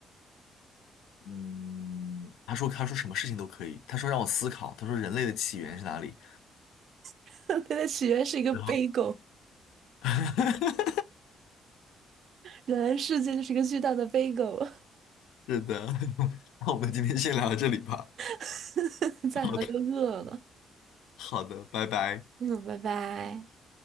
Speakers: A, on the left (about 85°); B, on the right (about 65°).
A: 嗯，他说他说什么事情都可以，他说让我思考，他说人类的起源是哪里？
B: <laughs> 他的起源是一个
A: 然后
B: b 狗。
A: <laughs>
B: 原来世界就是一个巨大的飞狗，
A: 是的，<laughs> 那我们今天先聊到这里吧。
B: <laughs> 再聊就饿了。
A: 好的，好的，拜拜。
B: 嗯，拜拜。